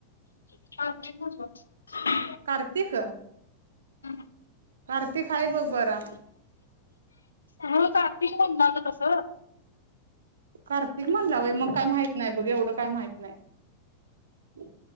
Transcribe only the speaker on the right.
कार्तिक
कार्तिक हाय बघ बरा.
कार्तिक म्हणला वय मग काय माहित नाही बघ एवढं काय माहित नाही.